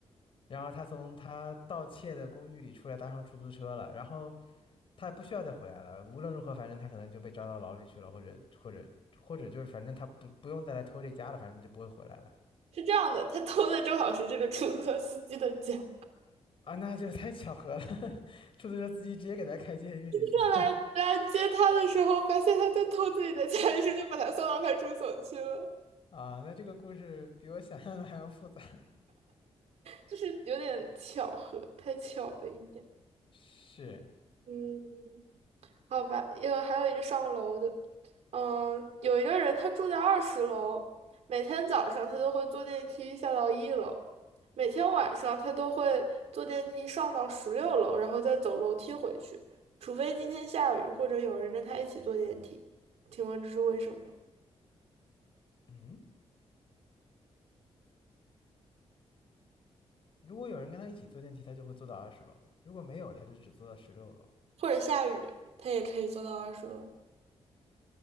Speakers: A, on the left; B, on the right.
A: 然后他从他盗窃的公寓里出来，搭上出租车了，然后他也不需要再回来了，无论如何，反正他可能就被抓到牢里去了，或者或者或者就是反正他不不用再来偷这家了，反正他就不会回来了。
B: 是这样的，他偷的正好是这个出租车司机的家。
A: 啊，那就太巧合了，<laughs> 出租车司机直接给他开监狱里去了
B: 他来来接他的时候，发现他在偷自己的家，于是就把他送到派出所去了。
A: <laughs> 啊！那这个故事比我想象的还要复杂。
B: 就是有点巧合，太巧了一点。
A: 是，
B: 嗯。好吧，有还有一个上楼的，嗯，有一个人他住在二十楼，每天早上他都会坐电梯下到一楼，每天晚上他都会坐电梯上到十六楼，然后再走楼梯回去，除非今天下雨或者有人跟他一起坐电梯。请问这是为什么？
A: 嗯，如果有人跟他一起坐电梯，他就会坐到二十楼；如果没有，他就只坐到十六楼。
B: 或者下雨，他也可以坐到二十楼，